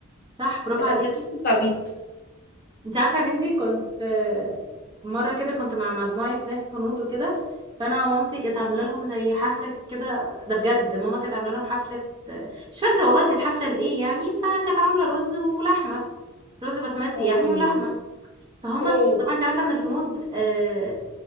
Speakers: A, on the right; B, on the left.
A: صح برافو
B: فده
A: عليك
B: ده كونسبت عبيط
A: انت عارفه يا بنتي كنت آه، مره كده كنت مع مجموعه ناس هنود وكده فانا مامتي كانت عامله لهم زي حفله كده ده بجد ماما كانت عامله لهم حفله آه، مش فاكره والله كانت حفله لايه يعني فكانت عامله رز ولحمه رز بسمتي
B: اوه
A: يعني ولحمه فهم
B: اوه
A: طبعا انت عارفه ان الهنود آه،